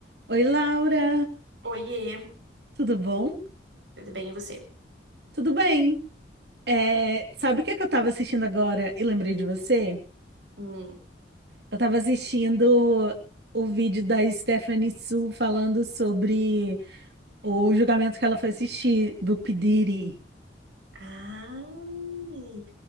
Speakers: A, on the right; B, on the right.
A: Oi, Laura!
B: Oiê,
A: Tudo bom?
B: tudo bem e você?
A: Tudo bem. É, sabe o que é que eu tava assistindo agora e lembrei de você?
B: Hum.
A: Eu tava assistindo o vídeo da Stephanie Su falando sobre o julgamento que ela foi assistir do P. Diddy.
B: Ai,